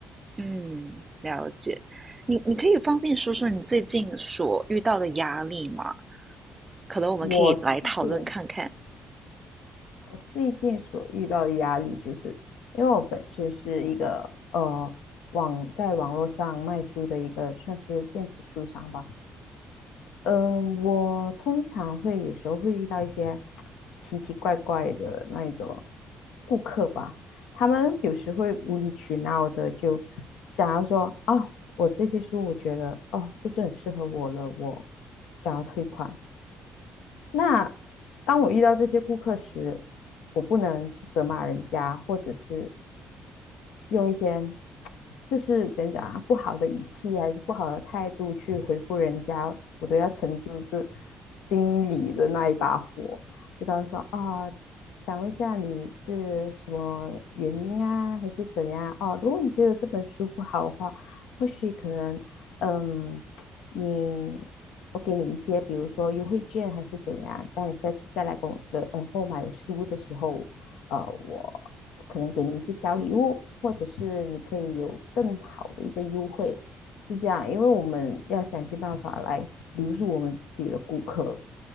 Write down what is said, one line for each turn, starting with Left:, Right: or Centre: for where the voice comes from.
Right: 嗯，了解。你你可以方便说说你最近所遇到的压力吗？可能我们可以来讨论看看。
Left: 我最近我最近所遇到的压力，就是因为我本身是一个呃网在网络上卖书的一个算是电子书商吧，呃，我通常会有时候会遇到一些奇奇怪怪的那一种顾客吧，他们有时会无理取闹的就想要说啊，我这些书我觉得哦不是很适合我了，我想要退款。那当我遇到这些顾客时，我不能去责骂人家，或者是用一些就是怎样讲啊，不好的语气还是不好的态度去回复人家，我都要沉住这心里的那一把火，就告诉说啊。想问一下你是什么原因啊，还是怎样？哦，如果你觉得这本书不好的话，或许可能，嗯，你我给你一些，比如说优惠券还是怎样，这样你下次再来跟我说，呃购买书的时候，呃，我可能给你一些小礼物，或者是你可以有更好的一个优惠，就这样，因为我们要想尽办法来留住我们自己的顾客，